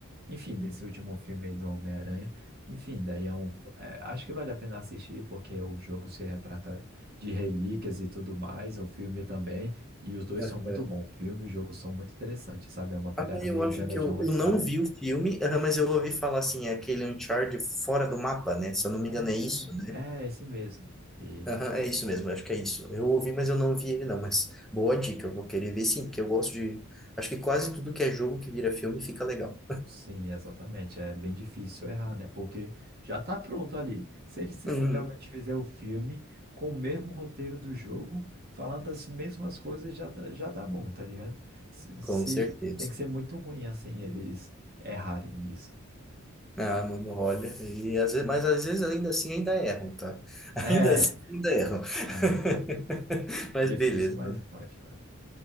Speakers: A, on the right; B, in the centre.
A: Enfim, desse último filme aí do Homem-Aranha. Enfim, daí é um. é, acho que vale a pena assistir, porque o jogo se retrata de relíquias e tudo mais, o filme também. E os dois
B: é.
A: são muito bons. O filme e o jogo são muito interessantes, sabe? É uma pegada
B: Ah, eu
A: meio
B: acho
A: Indiana
B: que
A: Jones,
B: eu, eu não
A: sabe?
B: vi o filme, aham, mas eu ouvi falar assim, é aquele Uncharted fora do mapa, né? Se eu não
A: É,
B: me engano, é isso, né?
A: é esse mesmo. Que
B: Aham, é isso mesmo, acho que é isso. Eu ouvi, mas eu não vi ele não, mas boa dica, eu vou querer ver sim, porque eu gosto de... Acho que quase tudo que é jogo que vira filme fica legal.
A: Sim, exatamente. É bem difícil errar, né? Porque já tá pronto ali. Se eles literalmente
B: Uhum,
A: fizer o filme com o mesmo roteiro do jogo, falando as mesmas coisas, já dá, já dá bom, tá ligado? Se,
B: com
A: se-
B: certeza.
A: tem que ser muito ruim, assim, eles errarem nisso. <laughs>
B: Ah, mano, olha, e às vezes, mas às vezes ainda assim ainda erram, tá? <laughs>
A: É,
B: Ainda assim ainda erram.
A: é
B: <laughs>
A: é
B: Mas
A: difícil,
B: beleza,
A: mas
B: mano.
A: pode.